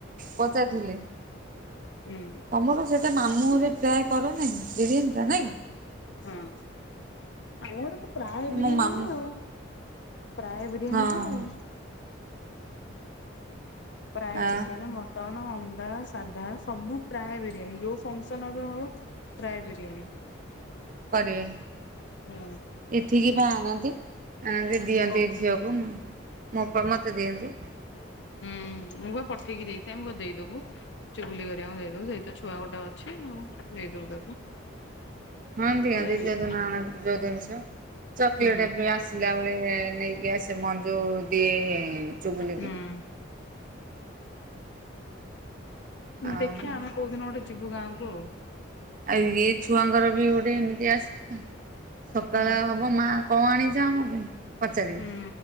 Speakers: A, on the right (about 40°); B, on the left (about 60°).
A: ପଚାରଥିଲି
B: ହୁଁ
A: ତମର ସେଟା ମାମୁହରେ
B: ହଁ।
A: ପ୍ରାୟ କରନିକି ବିରିୟାନି। ନା ନାଇଁ
B: ହଁ ଆମ ଘରେ ତ ପ୍ରାୟ
A: କି
B: ବିରିୟାନି
A: ମୋ ମାମୁଁ
B: ହୁ ଆଉ। ପ୍ରାୟ ବିରିୟାନୀ
A: ହଁ
B: ବି ଆଉ। ପ୍ରାଏ
A: ଆ
B: ଚିକେନ, ମ ମଟନ ଅଣ୍ଡା ସାଧା ସବୁ ପ୍ରାୟ ବିରିୟାନୀ ଯୋଉ ଫଙ୍କସନ ଏବେ ହବ ପ୍ରାଏ ବିରିୟାନୀ
A: କରିବେ
B: ହୁଁ
A: ଏଠିକି ପା ଆଣନ୍ତି ଆଣତି ଭ ଦିଅନ୍ତି
B: ହଁ
A: ଝିଅକୁ ମୁଁ ମୋ ଅପା ମତେ ଦିଅନ୍ତି।
B: ହୁଁ ମୁଁ ବା ପଠେଇକି ଦେଇଥାଏ ମୁ କହିବି ଦେଇଦବୁ। ଚୁଗୁଲୀ ହେରିକା ଙ୍କୁ ଦେଇଦବୁ ସେଇ ତ ଛୁଆ ଗୋଟେ ଅଛି ଆଉ ଦେଇଦବୁ ତାକୁ।
A: ହଁ ଦିଅନ୍ତି
B: ପ୍ରାୟ ଦେଇଥାଏ
A: ଯୋଉଦିନଆଣନ୍ତି ଯୋଉ ଜିନିଷ। ଚକଲେଟ
B: ହୁଁ
A: ବି ଆସ ଆସିଲାବେଳେ ନେଇକି ଆସେ ମଞ୍ଜୁ ଦିଏ ଚୁଗୁଲିକି।
B: ହୁଁ
A: ଆଉ
B: ଦେଖିଆ ଆମେ କୋଉ ଦିନ ଗୋଟେ ଯିବୁ ଗାଁକୁ ଆଉ।
A: ଆଉ ଇଏ ଛୁଆଙ୍କର ବି ଗୋଟେ ଏମିତିଆ ଆସ, ସକାଳ
B: ହୁଁ
A: ହବ ମା କଁ ଆଣିଚ ଆମ ପାଇଁ? ପଚାରିବେ
B: ହୁଁ